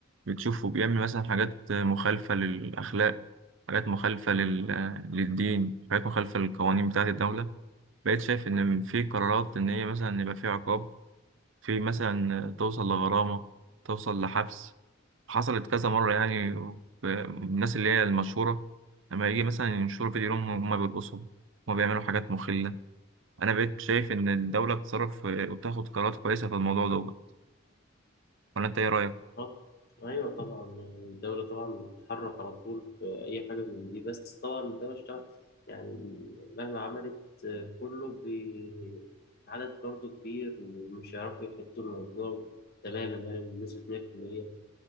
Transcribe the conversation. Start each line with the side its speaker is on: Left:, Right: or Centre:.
Right: بتشوفه بيعمل مثلا حاجات مخالفه للاخلاق حاجات مخالفه لل... للدين حاجات مخالفه للقوانين بتاعه الدوله بقيت شايف ان في قرارات ان هي مثلا يبقى في عقاب في مثلا توصل لغرامه توصل لحبس حصلت كذا مره يعني ب- الناس اللي هي المشهوره لما يجي مثلا ينشروا فيديو لهم هم بيرقصوا هم بيعملوا حاجات مخله انا بقيت شايف ان الدوله بتصرف وتاخد قرارات كويسه في الموضوع دوت ولا انت ايه رايك
Left: آه، أيوة طبعا يعني الدولة طبعا بتتحرك على طول في أي حاجة من دي بس طبعا الدولة اشتغل يعني مهما عملت آه، كله بي... العدد برضه كبير ومش هيعرفوا يحدوا الموضوع تماما يعني بنسبة 100%